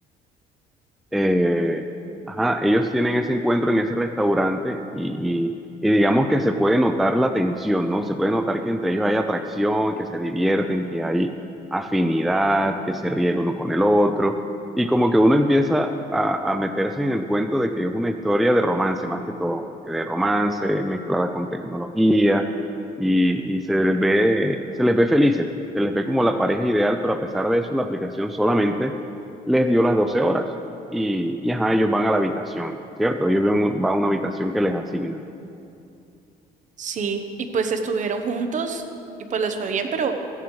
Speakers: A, in the centre; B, on the right.
A: eh, ajá, ellos tienen ese encuentro en ese restaurante y, y- y digamos que se puede notar la tensión, ¿no? Se puede notar que entre ellos hay atracción, que se divierten, que hay afinidad, que se ríe el uno con el otro. Y como que uno empieza a, a meterse en el cuento de que es una historia de romance, más que todo, como que de romance mezclada con tecnología y, y se les ve, se les ve felices, se les ve como la pareja ideal, pero a pesar de eso, la aplicación solamente les dio las 12 horas y, y, ajá, ellos van a la habitación, ¿cierto? Ellos van, van a una habitación que les asignan.
B: Sí, y pues estuvieron juntos y pues les fue bien, pero